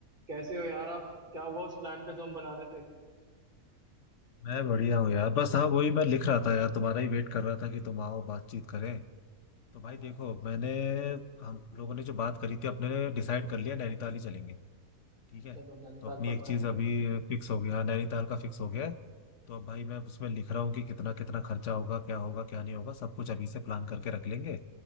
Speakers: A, on the right (about 35°); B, on the left (about 60°).
A: कैसे हो यार आप क्या हुआ उस प्लान का जो हम बना रहे थे
B: मैं बढ़िया हूँ यार बस हाँ वही मैं लिख रहा था यार तुम्हारा ही वेट कर रहा था कि तुम आओ बातचीत करें तो भाई
A: हाँ
B: देखो
A: हाँ
B: मैंने हम लोगों ने जो बात करी थी अपने ने डिसाइड कर लिया नैनीताल ही चलेंगे ठीक है
A: चलो नैनीताल
B: तो अपनी
A: पक्का
B: एक चीज
A: है ठीक
B: अभी फिक्स हो गई हाँ नैनीताल का फिक्स हो गया है तो अब भाई मैं उसमें लिख रहा हूँ कि कितना कितना खर्चा होगा क्या होगा क्या नहीं होगा सब कुछ अभी से प्लान करके रख लेंगे